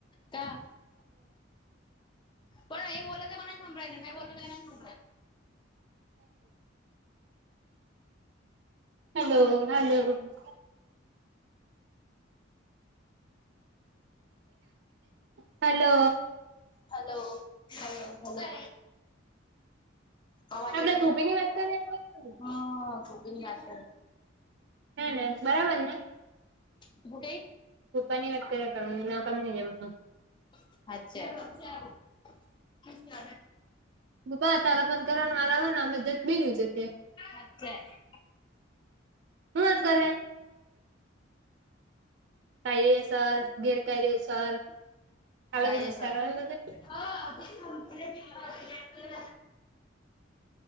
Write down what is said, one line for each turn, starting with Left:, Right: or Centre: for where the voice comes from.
Left: કા પણ એ બોલો તો મનેને સંભળાયન મેં બોલું તો એનન સંબળાય.
Right: Hello hello. Hello.
Left: Hello hello hello. અવાજ
Right: આપડે
Left: નહીં
Right: કુપી
Left: આવ
Right: ની વાત કરીએ
Left: હ ગોપીની વાત કરશ.
Right: હે બરાબર ને.
Left: ગુટે.
Right: તૂ પાની વાત કરે કર નકમ ન જેમ હ.
Left: અચ્છા.
Right: ભૂપા તારા પણ કરવાનું વારો આવે ને અમે જત બીનની ઉચકીએ.
Left: અચ્છા.
Right: હું અજગર હે. કાયદેસર ગેરકાયદેસર કાલાભજ
Left: કાયદેસર
Right: વિ સારનુ સે.
Left: <inaudible>